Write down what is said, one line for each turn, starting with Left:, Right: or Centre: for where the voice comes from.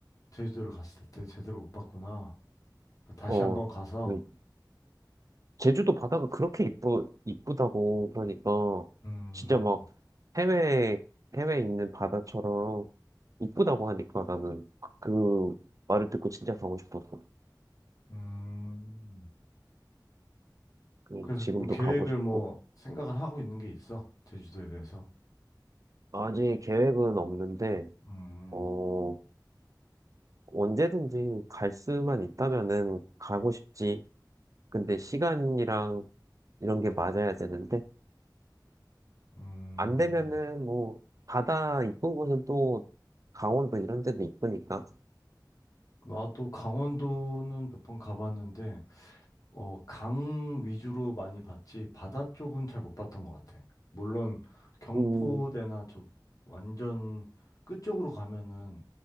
Left: 제주도를 갔을 때 제대로 못 봤구나. 다시
Right: 어,
Left: 한번 가서,
Right: 왜 제주도 바다가 그렇게 이쁘, 이쁘다고 그러니까
Left: 음,
Right: 진짜 막 해외, 해외에 있는 바다처럼 이쁘다고 하니까 나는 그 말을 듣고 진짜 가고 싶었어.
Left: 음.
Right: 음,
Left: 그래서
Right: 지금도
Left: 뭐 계획을
Right: 가고 싶고.
Left: 뭐 생각을 하고 있는 게 있어. 제주도에 대해서.
Right: 아직 계획은 없는데,
Left: 음,
Right: 어, 언제든지 갈 수만 있다면은 가고 싶지. 근데 시간이랑 이런 게 맞아야 되는데,
Left: 음.
Right: 안 되면은 뭐, 바다 이쁜 곳은 또 강원도 이런 데도 이쁘니까.
Left: 나도 강원도는 몇 번 가봤는데, 어, 강 위주로 많이 봤지, 바다 쪽은 잘 못 봤던 것 같아. 물론, 경포대나
Right: 음,
Left: 저 완전 끝쪽으로 가면은